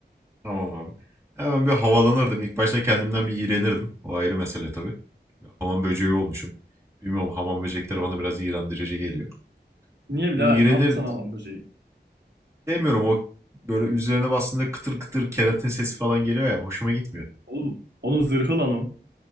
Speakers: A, on the right; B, on the right.
A: Tamam abi. Hemen bir havalanırdım. İlk başta kendimden bir iğrenirdim. O ayrı mesele tabii. Hamam böceği olmuşum. Bilmiyorum hamam böcekleri bana biraz iğrendirici geliyor.
B: Niye birader?
A: Bir iğrenir
B: Ne yaptın aman böceği?
A: demiyorum o böyle üzerine bastığında kıtır kıtır keratin sesi falan geliyor ya hoşuma gitmiyor.
B: Oğlum onun zırhı lan o.